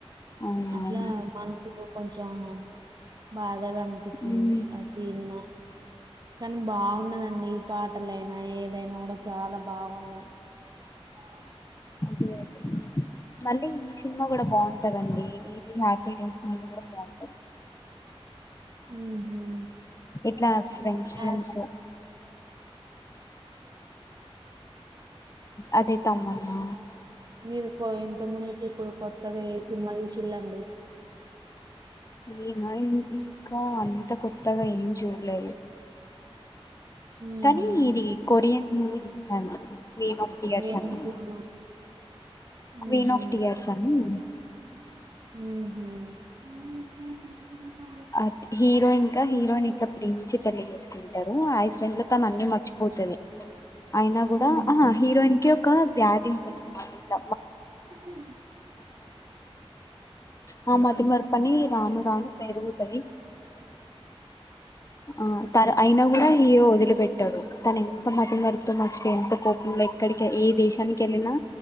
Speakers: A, on the left; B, on the right.
A: అవునవును
B: అట్లా మనసుకు కొంచెం బస్ బగా అనిపించింది
A: మ్మ్
B: ఆ సినిమా కానీ బాగున్నదండి ఈ పాటల ఏదైనా కూడా చాలా బాగున్నాయి అ
A: అ <inaudible> మళ్ళీ ఈ సినిమా కూడా బాగుంటదండి ఇది హ్యాపీ డేస్ మళ కూడా బాగుంటంది
B: ఏడే
A: ఇట్లా ఫ్రెండ్స్ ఫ్రెండ్స్
B: ఆ
A: అదే తమ్మున్నా
B: మీరు ఇంత ముందుకి ఇప్పుడు కొత్తగా ఏ సినిమా చూసిల్ళండి
A: ఏనా ఇంకా అంత కొత్తగా ఏం చూడలేదు
B: ఊహు
A: కానీ ఇది కొరియన్ స క్వీన్ ఆఫ్ టీయర్స్
B: ఏం
A: అని
B: సినిమా
A: క్వీన్
B: ఊహు
A: ఆఫ్ టీయర్స్ అనిీ <inaudible>
B: ఉ
A: అ హీరో ఇంకా హీరోయిన్ ఇట్లా దించి పెళ్లి ఎసుకుంటారు. ఆ ఐ స్క్రీన్లో తన అన్ని మర్చిపోతది. అయినా గూడా
B: ఊహు
A: ఆ హీరోయిన్ కి ఒక్ క వ్యాధి ఉంటది మాటిట్ల
B: హు
A: ఆ మతిమరుపు
B: హూ
A: అని రాను రాను పెరుగుతది ఆ తర అయినా గూడా హీరో వదిలిపెట్టాడు. తన ఎంత మతిమరపుతో మర్చిపే, ఎంత కోపంలో ఎక్కడికి ఏ దేశానికేళ్ళినా.